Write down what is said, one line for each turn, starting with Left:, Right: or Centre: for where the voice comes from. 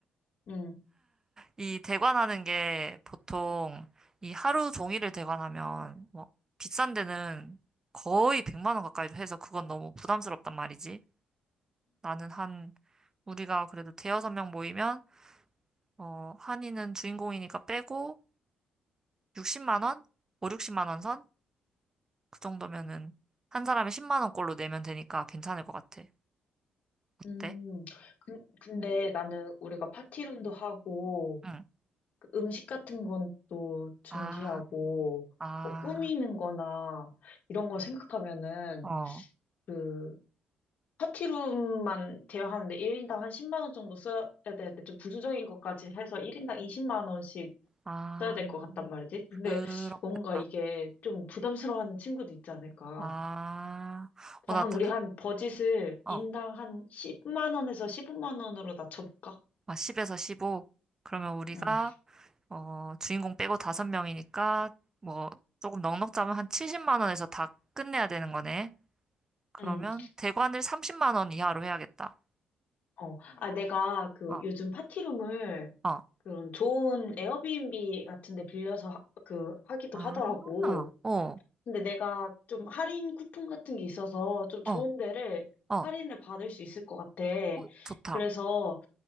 Left: 음.
Right: 이 대관하는 게 보통 이 하루 종일을 대관하면 뭐 비싼 데는 거의 100만 원 가까이도 해서 그건 너무 부담스럽단 말이지. 나는 한 우리가 그래도 대여섯 명 모이면 어 한이는 주인공이니까 빼고 60만 원, 5, 60만 원 선? 그 정도면은 한 사람에 10만 원꼴로 내면 되니까 괜찮을 것 같아. 어때?
Left: 음, 근- 근데 나는 우리가 파티룸도 하고,
Right: 응.
Left: 그 음식 같은 건 또 준비하고,
Right: 아, 아,
Left: 뭐 꾸미는 거나, 이런 걸 생각하면은,
Right: 어,
Left: 그 파티룸만 대여하는데 1인당 한 10만 원 정도 써야 되는데 좀 부수적인 것까지 해서 1인당 20만 원씩
Right: 아,
Left: 써야 될 것 같단 말이지. 근데
Right: 그렇겠다.
Left: 뭔가 이게 좀 부담스러워하는 친구도 있지 않을까.
Right: 아, 어,
Left: 다
Right: 나,
Left: 한
Right: 다-
Left: 우리 한 버짓을
Right: 어.
Left: 인당 한 10만 원에서 15만 원으로 낮춰볼까?
Right: 아, 10에서 15. 그러면 우리가,
Left: 응.
Right: 어, 주인공 빼고 5명이니까, 뭐, 조금 넉넉 잡으면 한 70만 원에서 다 끝내야 되는 거네. 그러면
Left: 응,
Right: 대관을 30만 원 이하로 해야겠다.
Left: 어. 아, 내가 그
Right: 어,
Left: 요즘 파티룸을
Right: 어.
Left: 그런 좋은 에어비앤비 같은 데 빌려서 하, 그 하기도
Right: 아,
Left: 하더라고.
Right: 어, 어,
Left: 근데 내가 좀 할인 쿠폰 같은 게 있어서 좀
Right: 어,
Left: 좋은 데를
Right: 어,
Left: 할인을 받을 수 있을 것 같아.
Right: 어, 좋다.
Left: 그래서,